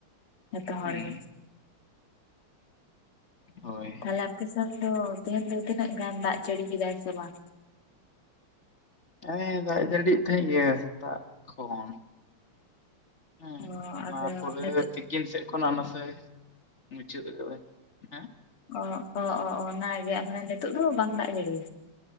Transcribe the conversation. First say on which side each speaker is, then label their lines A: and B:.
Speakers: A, on the left (about 75°); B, on the left (about 35°).
A: ᱡᱚᱛᱚ ᱦᱚᱲ
B: ᱦᱮᱸ
A: ᱜᱮ᱾
B: ᱦᱳᱭ
A: ᱛᱟᱦᱞᱮ ᱟᱯᱮᱥᱮᱱ ᱫᱚ ᱛᱮᱦᱮᱧ ᱫᱚ ᱛᱤᱱᱟᱹᱜ ᱜᱟᱱ ᱫᱟᱜ ᱡᱟᱹᱲᱤ ᱠᱮᱫᱟᱭ ᱥᱮ ᱵᱟᱝ?
B: ᱦᱮᱸ ᱫᱟᱜ ᱡᱟᱹᱲᱤᱭᱮᱜ ᱛᱟᱦᱮᱸ ᱜᱮᱭᱟ ᱥᱮᱛᱟᱜ ᱠᱷᱚᱱ ᱦᱮᱸ
A: ᱚ ᱟᱫᱚ
B: ᱚᱱᱟᱯᱚᱨᱮ
A: ᱱᱤᱛᱚᱜ
B: ᱛᱤᱠᱤᱱ ᱥᱮᱫ ᱠᱷᱚᱱᱟᱜ ᱱᱟᱥᱮᱭ ᱢᱩᱪᱟᱹᱫ ᱟᱠᱟᱫᱟᱭ ᱦᱮᱸ᱾
A: ᱚ ᱚ ᱚ ᱚᱱᱟᱜᱮ ᱟᱫᱚ ᱱᱤᱛᱳᱜ ᱫᱚ ᱵᱟᱝ ᱫᱟᱜ ᱡᱟᱹᱲᱤ᱾